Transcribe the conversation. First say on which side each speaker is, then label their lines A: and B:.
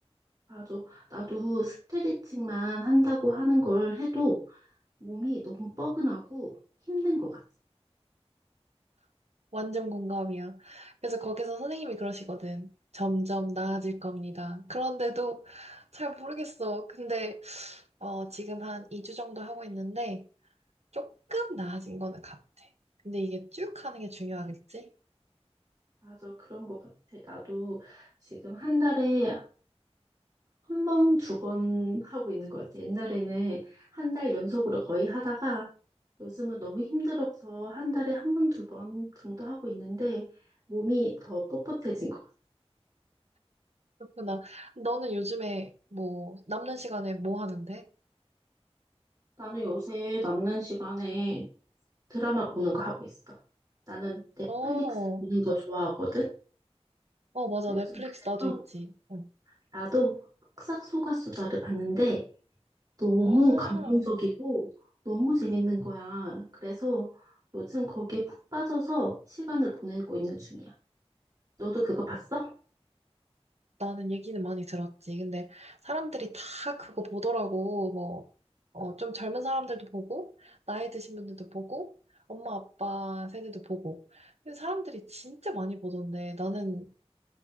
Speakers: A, on the right; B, on the right.
A: 맞아. 나도 스트레칭만 한다고 하는 걸 해도 몸이 너무 뻐근하고 힘든 것 같아.
B: 완전 공감이야. 그래서 거기서 선생님이 그러시거든. 점점 나아질 겁니다. 그런데도 잘 모르겠어. 근데 어, 지금 한 2주 정도 하고 있는데 조금 나아진 거는 같아. 근데 이게 쭉 하는 게 중요하겠지?
A: 맞아, 그런 것 같아. 나도 지금 한 달에 한 번, 두 번 하고 있는 것 같아. 옛날에는 한 달 연속으로 거의 하다가 요즘은 너무 힘들어서 한 달에 한 번, 두 번 정도 하고 있는데 몸이 더 뻣뻣해진 것 같아.
B: 그렇구나. 너는 요즘에 뭐 남는 시간에 뭐 하는데?
A: 나는 요새 남는 시간에 드라마 보는 거 하고 있어. 나는 넷플릭스
B: 어,
A: 보는 거 좋아하거든.
B: 어, 맞아.
A: 요즘
B: 넷플릭스 나도
A: 그래서
B: 있지. 응.
A: 나도 흑삭소가수다를 봤는데 너무
B: 아,
A: 감동적이고 너무 재밌는 거야. 그래서 요즘 거기에 푹 빠져서 시간을 보내고 있는 중이야. 너도 그거 봤어?
B: 나는 얘기는 많이 들었지. 근데 사람들이 다 그거 보더라고. 뭐, 어, 좀 젊은 사람들도 보고, 나이 드신 분들도 보고, 엄마, 아빠 세대도 보고. 근데 사람들이 진짜 많이 보던데, 나는,